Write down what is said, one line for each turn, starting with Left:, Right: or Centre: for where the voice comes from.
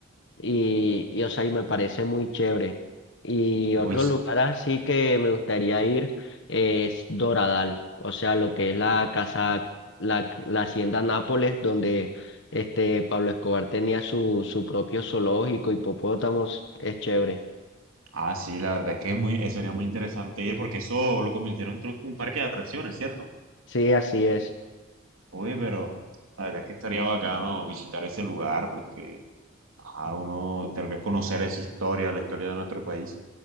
Left: y, y, o sea, y me parece muy chévere. Y otro
Right: Uy,
Left: lugar así que me gustaría ir es Doradal, o sea, lo que es la casa, la, la hacienda Nápoles, donde este Pablo Escobar tenía su, su propio zoológico, hipopótamos, es chévere.
Right: Ah, sí, la verdad es que es muy, eso sería muy interesante ir porque eso lo convirtieron creo que en un parque de atracciones, ¿cierto?
Left: Sí, así es.
Right: Oye, pero la verdad es que estaría bacano visitar ese lugar porque a uno tal vez conocer esa historia, la historia de nuestro país.